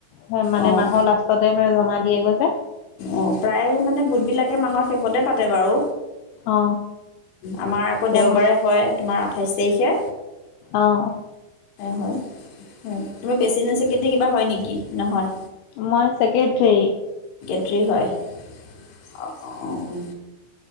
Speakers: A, on the left; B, on the left.
A: হয় মানে
B: অঁ
A: মাহৰ লাষ্টতে মানে জমা দিয়েগৈ যে।
B: অঁ, প্ৰায় মানে গোটবিলাকে মাহৰ শেষতে পাতে বাৰু
A: অ
B: আমাৰ আকৌ
A: এতিয়া
B: দেওবাৰে
A: মই
B: হয় তোমাৰ আঠাইছ। তাৰিখে।
A: আঁহ।
B: হয়। তুমি পেচিেঞ্চ কেতিয়া কিবা। হয় নেকি, নহয়।
A: মই চছেক্ৰেটাৰী।
B: ত্ৰী হয় <inaudible> আহ, অ।